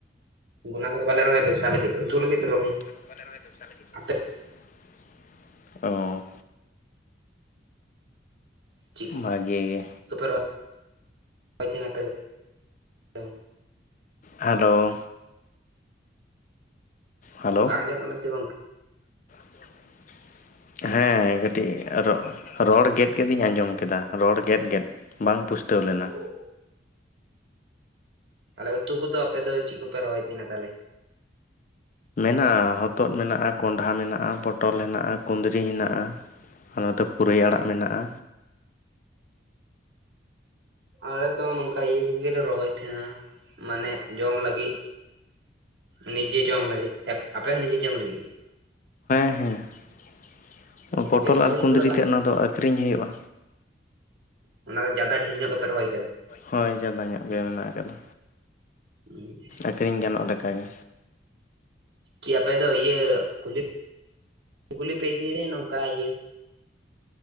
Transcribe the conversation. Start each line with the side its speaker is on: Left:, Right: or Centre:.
Right: ᱚᱱᱟ ᱠᱚ ᱫᱚ ᱵᱟᱞᱮ ᱨᱚᱦᱚᱭᱟ ᱵᱮᱵᱽᱥᱟ ᱞᱟᱹᱜᱤᱫ ᱫᱚ ᱩᱛᱩ ᱞᱟᱹᱜᱤᱫ ᱫᱚ ᱨᱚᱦᱚᱭᱟ᱾
Left: ᱟᱞᱮ ᱫᱚ ᱵᱟᱞᱮ ᱨᱚᱦᱚᱭᱟ ᱵᱮᱵᱽᱥᱟ ᱞᱟᱹᱜᱤᱫ ᱫᱟᱜ
Right: ᱟᱯᱮ
Left: ᱩᱛᱩ ᱚ
Right: ᱪᱮᱫ
Left: ᱵᱷᱟᱜᱮ ᱜᱮ
Right: ᱠᱚᱯᱮ ᱨᱚᱦᱚᱭ ᱛᱟᱦᱮᱸᱱ ᱟᱯᱮ ᱫᱚ
Left: ᱦᱮᱞᱳ ᱦᱮᱞᱳ
Right: ᱵᱟᱝ ᱟᱸᱡᱚᱢᱚᱜ ᱠᱟᱱᱟ ᱥᱮ ᱜᱚᱢᱠᱮ
Left: <inaudible> ᱦᱮᱸ ᱠᱟᱹᱴᱤᱡ ᱟᱨᱚ ᱨᱚᱲ ᱜᱮᱫ ᱜᱮᱫ ᱤᱧ ᱟᱸᱡᱚᱢ ᱠᱮᱫᱟ ᱨᱚᱲ ᱜᱮᱫ ᱜᱮᱫ ᱵᱟᱝ ᱯᱩᱥᱴᱟᱹᱣ ᱞᱮᱱᱟ
Right: <inaudible> ᱛᱟᱦᱚᱞᱮ ᱩᱛᱩ ᱠᱚᱫᱚ ᱟᱯᱮ ᱫᱚ ᱪᱮᱫ ᱠᱚ ᱯᱮ ᱨᱚᱦᱚᱭ ᱛᱟᱦᱮᱱᱟ ᱛᱟᱦᱚᱞᱮ
Left: ᱢᱮᱱᱟᱜ-ᱟ ᱦᱚᱛᱚᱫ ᱢᱮᱱᱟᱜ-ᱟ ᱠᱚᱸᱰᱷᱟ ᱢᱮᱱᱟᱜ-ᱟ ᱯᱚᱴᱚᱞ ᱢᱮᱱᱟᱜ-ᱟ ᱠᱩᱸᱫᱽᱨᱤ ᱦᱮᱱᱟᱜ-ᱟ ᱟᱨ ᱱᱤᱛᱚᱜ ᱯᱩᱨᱟᱹᱭ ᱟᱲᱟᱜ ᱢᱮᱱᱟᱜ-ᱟ
Right: ᱟᱞᱮ ᱫᱚ ᱱᱚᱝᱠᱟ ᱤᱭᱟᱹ ᱠᱚ ᱜᱮ ᱞᱮ ᱨᱚᱦᱚᱭ ᱛᱟᱦᱮᱸᱱᱟ ᱢᱟᱱᱮ ᱡᱚᱢ ᱞᱟᱹᱜᱤᱫ ᱱᱤᱡᱮ ᱡᱚᱢ ᱞᱟᱹᱜᱤᱫ ᱟᱯᱮ ᱦᱚᱸ ᱱᱤᱡᱮ ᱡᱚᱢ ᱞᱟᱹᱜᱤᱫ ᱜᱮ
Left: ᱦᱮᱸ ᱦᱮᱸ
Right: ᱚ
Left: ᱯᱚᱴᱚᱞ
Right: ᱵᱮᱵᱽᱥᱟ
Left: ᱟᱨ
Right: ᱞᱟᱹᱜᱤᱫ
Left: ᱠᱩᱸᱫᱽᱨᱤ
Right: ᱠᱚᱫᱚ ᱵᱟᱝ
Left: ᱛᱮᱫ ᱚᱱᱟ ᱫᱚ ᱟᱹᱠᱷᱨᱤᱧ ᱦᱩᱭᱩᱜ-ᱟ
Right: ᱚᱱᱟ ᱫᱚ ᱡᱟᱫᱟ ᱰᱷᱤᱨ ᱧᱚᱸᱜ ᱜᱮ ᱯᱮ ᱨᱚᱦᱚᱭ ᱠᱟᱫᱟ
Left: ᱦᱚᱭ ᱡᱟᱫᱟ ᱧᱚᱸᱜ ᱜᱮ ᱢᱮᱱᱟᱜ ᱟᱠᱟᱫᱟ,
Right: <inaudible>
Left: ᱟᱹᱠᱷᱨᱤᱧ ᱜᱟᱱᱚᱜ ᱞᱮᱠᱟ ᱜᱮ
Right: ᱠᱤ ᱟᱯᱮ ᱫᱚ ᱤᱭᱟᱹ ᱠᱩᱞᱦᱤ ᱠᱩᱞᱦᱤ ᱯᱮ ᱤᱫᱤ ᱱᱚᱝᱠᱟ ᱤᱭᱟᱹ